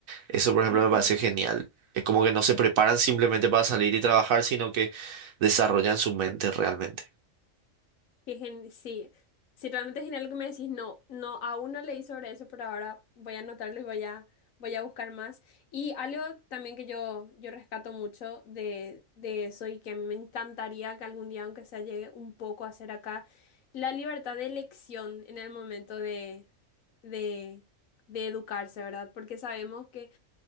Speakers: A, on the right; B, on the left.
A: Eso, por ejemplo,
B: Ujú.
A: me parece genial. Es como que no se preparan simplemente para salir y trabajar, sino que desarrollan su mente realmente.
B: Qué gen- sí, sí, realmente es genial lo que me decís. No, no, aún no leí sobre eso, pero ahora voy a anotarlo y voy a, voy a buscar más. Y algo también que yo, yo rescato mucho de, de eso y que a mí me encantaría que algún día, aunque sea, llegue un poco a ser acá, la libertad de elección en el momento de, de, de educarse, ¿verdad? Porque sabemos que